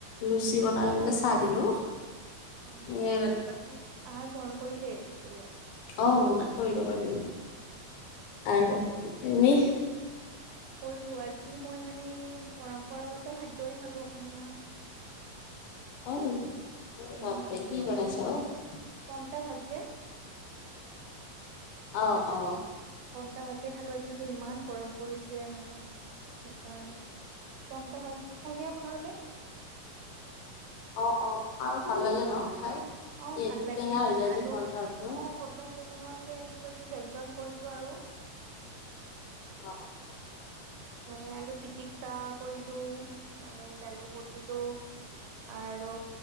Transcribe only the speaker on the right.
অ
বাকী আহাৰ গ্ৰহণ কৰিলে দুপৰীয়াৰ?
কৰিলোঁ আজি মই মানে পৰম্পৰাগত খাদ্যয় খালো অসমীয়া
উম,
মই
মানে
পন্টা ভাত যে
পন্টা ভাতে খালো আজি যে ইমান গৰম পৰিছে মানে, সেইকাৰণে পন্টা ভাত খাইনে আপোনালোকে?
অ', ভাল লাগে
মানে
আলু
অ' <unintelligible> চেলুঙতে কিবা কিবি ব্যঞ্জন কৰিলো আৰু।
মানে আলু পিতিকা কৰিলোঁ মানে দালি বতিলো আৰু